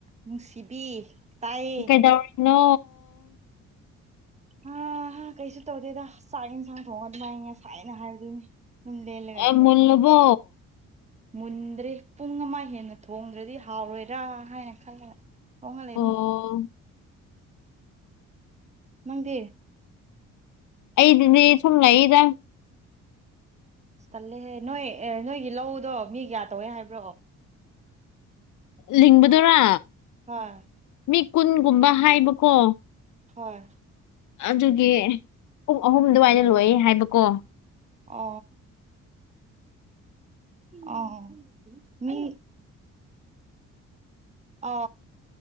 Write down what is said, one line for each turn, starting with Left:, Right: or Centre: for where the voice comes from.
Right: ꯅꯨꯡꯁꯤꯕꯤ ꯇꯥꯏꯌꯦ
Left: ꯀꯩꯗꯧꯔꯤꯅꯣ
Right: ꯑ ꯀꯩꯁꯨ ꯇꯧꯗꯦꯗ ꯆꯥꯛ ꯌꯦꯟꯁꯥꯡ ꯊꯣꯡꯉ ꯑꯗꯨꯃꯥꯏ ꯉ ꯁꯥꯏꯅ ꯍꯥꯏꯕꯗꯨꯅꯦ ꯂꯦꯟꯂꯒ
Left: ꯑꯥ
Right: ꯂꯩꯌꯦ
Left: ꯃꯨꯜꯂꯕꯣ
Right: ꯃꯨꯟꯗ꯭ꯔꯦ ꯄꯨꯡ ꯑꯃ ꯍꯦꯟꯅ ꯊꯣꯡꯗ꯭ꯔꯗꯤ ꯍꯥꯎꯔꯣꯏꯔꯥ ꯍꯥꯏꯅ ꯈꯜꯂ ꯊꯣꯡꯍꯜꯂꯦ ꯑꯗꯨꯅ
Left: ꯑꯣ
Right: ꯅꯪꯗꯤ
Left: ꯑꯩꯗꯨꯗꯤ ꯁꯨꯝ ꯂꯩꯔꯤꯗ
Right: ꯇꯜꯂꯦꯍꯦ ꯅꯣꯏ ꯅꯣꯏꯒꯤ ꯂꯧꯗꯣ ꯃꯤ ꯀꯌꯥ ꯇꯧꯋꯦ ꯍꯥꯏꯕ꯭ꯔꯣ
Left: ꯂꯤꯡꯕꯗꯣꯔꯥ
Right: ꯍꯣꯏ
Left: ꯃꯤ ꯀꯨꯟꯒꯨꯝꯕ ꯍꯥꯏꯕꯀꯣ
Right: ꯍꯣꯏ
Left: ꯑꯗꯨꯒꯤ ꯄꯨꯡ ꯑꯍꯨꯝ ꯑꯗꯨꯋꯥꯏꯗ ꯂꯣꯏ ꯍꯥꯏꯕꯀꯣ
Right: ꯑ ꯑ ꯃꯤ ꯑ